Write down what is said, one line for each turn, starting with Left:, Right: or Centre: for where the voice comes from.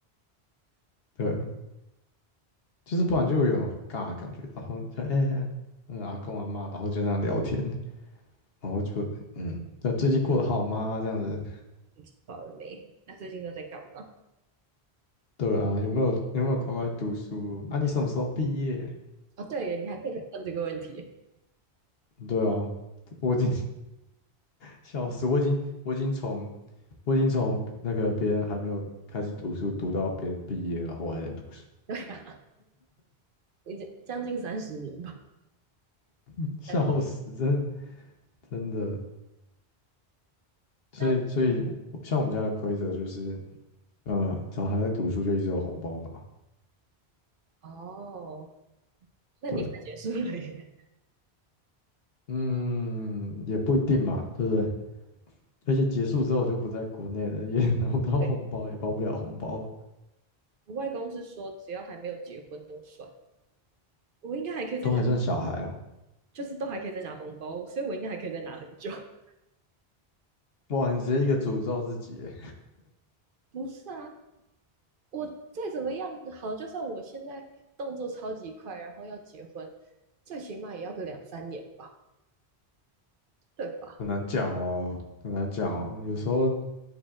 Left: 对，就是不然就会有一种很尬的感觉，然后就哎、欸嗯阿公阿妈，然后就那样聊天，然后就嗯，对，最近过得好吗？这样子，
Right: 你吃饱了没？那最近都在干嘛？
Left: 对啊，有没有有没有乖乖读书啊？你什么时候毕业？
Right: 哦，对耶你还可以再问这个问题。
Left: 对啊，我已经笑死，我已经我已经从我已经从那个别人还没有开始读书读到别人毕业，然后我还在读书，
Right: 对啊，已经将近三十年吧。
Left: <laughs> 笑死，
Right: 但
Left: 真的真的。所以所以像我们家的规则就是，
Right: 但
Left: 嗯、呃只要还在读书就一直有红包拿。
Right: 哦，那你快结束了耶。
Left: 对，嗯，也不一定嘛，对不对？而且结束之后我就不在国内了，也 <laughs> 拿不到红包，
Right: 对，
Left: 也包不了红包，
Right: 我外公是说，只要还没有结婚都算。我应该还可以再拿，
Left: 都还算小孩哦。
Right: 就是都还可以再拿红包，所以我应该还可以再拿很久。<laughs>
Left: 哇，你直接一个诅咒自己耶
Right: 不是啊，我再怎么样好，就算我现在动作超级快，然后要结婚，最起码也要个两三年吧，对吧？
Left: 很难讲哦，很难讲哦。有时候